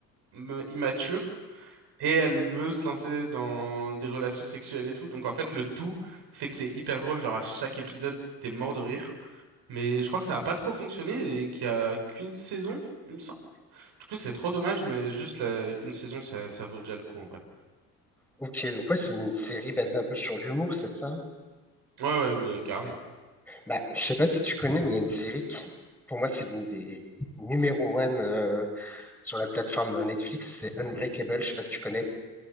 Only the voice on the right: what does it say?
me- immature et elle veut se lancer dans des relations sexuelles et tout. Donc en fait, le tout fait que c'est hyper drôle. Genre à chaque épisode, t'es mort de rire. Mais je crois que ça a pas trop fonctionné et qu'il y a qu'une saison, il me semble. Du coup, c'est trop dommage, mais juste la- une saison, ça, ça vaut déjà le coup, en vrai.
Ouais, ouais, mais carrément.